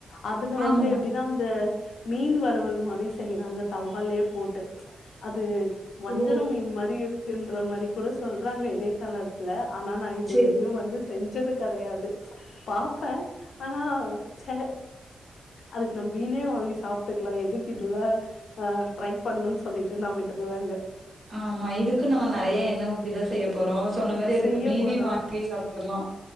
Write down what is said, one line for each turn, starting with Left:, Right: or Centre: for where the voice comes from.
Left: அதுல
Right: ஆமா.
Left: வந்து எப்டினா அந்த மீன் வருவல் மாரி செய்றாங்க தவாலே போட் டு அது வஞ்சர
Right: ஓ!
Left: மீன் மாரி இருக்குன்ற மறி கூட சொல்றாங்க இணையத்தளர் இல்ல ஆனா நா இதுவெரியு
Right: சரி.
Left: வந்து செஞ்சது கடையாது பாப்ப ஆனா ச அதுக்கு நம் மீனே வாங்கி சாப்ட்டுக்லா எதுக் இதுல அ ட்ரை பண்ணுன் சொல்லிட்டு நா விட்ருவேங்க
Right: ஆமா இதுக்கு நம்ம நறைய எண்ண ஊத்திதா செய்ய போறோ சொன்ன மாரி அதுக்கு
Left: செய்ய
Right: மீனே
Left: போறோ
Right: வாங்கி சாப்ட்ருல்லா